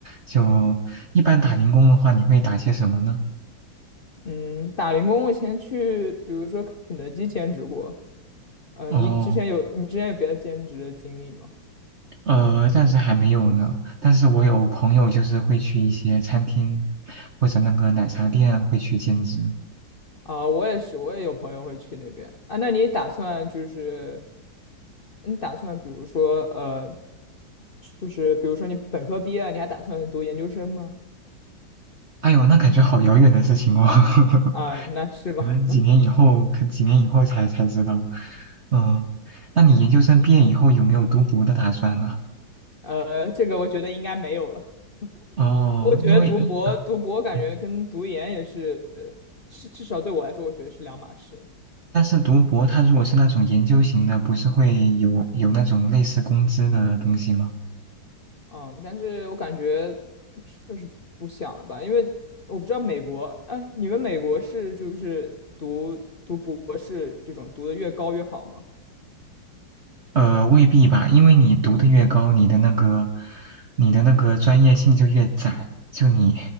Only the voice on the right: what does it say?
就一般打零工的话，你会打些什么呢？
哦。
呃，暂时还没有呢，但是我有朋友就是会去一些餐厅或者那个奶茶店会去兼职。
哎呦，那感觉好遥远的事情哦，<laughs>
可能几年以后，可几年以后才才知道。嗯，那你研究生毕业以后有没有读博的打算啊？
哦，
因为嗯一，嗯
但是读博它如果是那种研究型的，不是会有有那种类似工资的东西吗？
呃，未必吧，因为你读的越高，你的那个，你的那个专业性就越窄，就你，